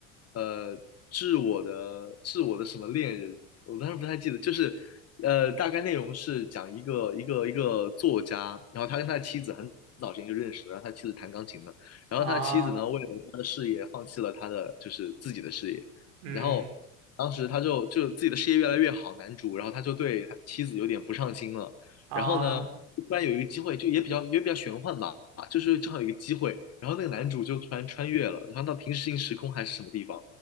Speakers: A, on the left; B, on the right.
A: 呃《致我的致我的什么恋人》，我当时不太记得，就是呃大概内容是讲一个一个一个作家，然后他跟他的妻子很早之前就认识了，然后他妻子弹钢琴的，然后他的妻子呢为了他的事业放弃了他的就是自己的事业，
B: 啊，嗯
A: 然后当时他就就自己的事业越来越好，男主，然后他就对他妻子有点不上心了。
B: 啊，
A: 然后呢，突然有一个机会，就也比较也比较玄幻吧，就是正好有一个机会，然后那个男主就突然穿越了，然后到平行时空还是什么地方，